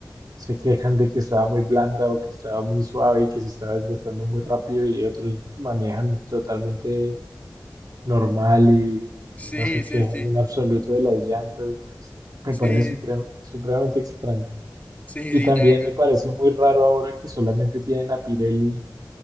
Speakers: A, on the right; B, on the left.
A: se quejan de que estaba muy blanda o que estaba muy suave y que se estaba desgastando muy rápido y otros manejan totalmente normal y
B: sí,
A: no se
B: sí,
A: quejan
B: sí,
A: en absoluto de las llantas. Entonces, me
B: sí,
A: parece supre- supremamente extraño.
B: sí,
A: Y
B: sí,
A: también
B: tal cual.
A: me parece muy raro ahora que solamente tienen a Pirelli